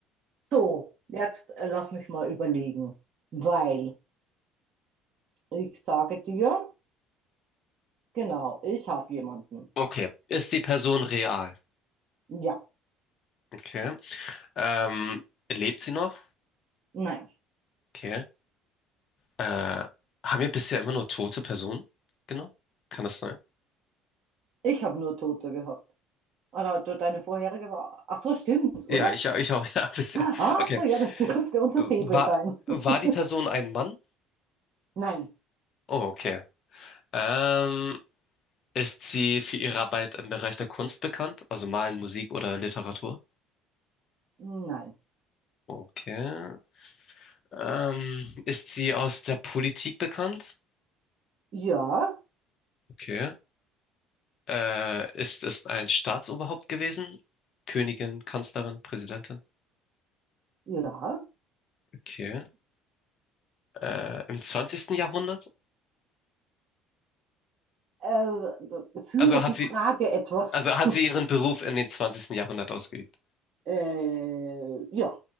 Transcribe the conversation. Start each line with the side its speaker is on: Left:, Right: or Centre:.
Right: So, jetzt äh, lass mich mal überlegen, weil ich sage dir, genau, ich habe jemanden.
Left: Okay. Ist die Person real?
Right: Ja,
Left: Okay. Ähm, lebt sie noch?
Right: nein,
Left: Okay. Äh, haben wir bisher immer nur tote Personen? Genau. Kann das sein?
Right: ich habe nur Tote gehabt. Oder de- deine vorherige war. Ach so, stimmt,
Left: Ja,
Right: oder?
Left: ich, ja, ich auch, <laughs> ja, bisher.
Right: Ah,
Left: Okay.
Right: so, ja, das dürfte unser
Left: Äh,
Right: Faible
Left: War,
Right: sein. <laughs>
Left: war die Person ein Mann?
Right: Nein,
Left: Oh, okay. Ähm, ist sie für ihre Arbeit im Bereich der Kunst bekannt? Also Malen, Musik oder Literatur?
Right: nein.
Left: Okay. Ähm, ist sie aus der Politik bekannt?
Right: Ja,
Left: Okay. Äh, ist es ein Staatsoberhaupt gewesen? Königin, Kanzlerin, Präsidentin?
Right: ja,
Left: Okay. Äh, im zwanzigsten Jahrhundert?
Right: Äh, führe
Left: Also
Right: die
Left: hat
Right: Frage
Left: sie,
Right: etwas.
Left: also hat
Right: <laughs>
Left: sie ihren Beruf in den zwanzigsten Jahrhundert ausgeübt.
Right: äh, ja,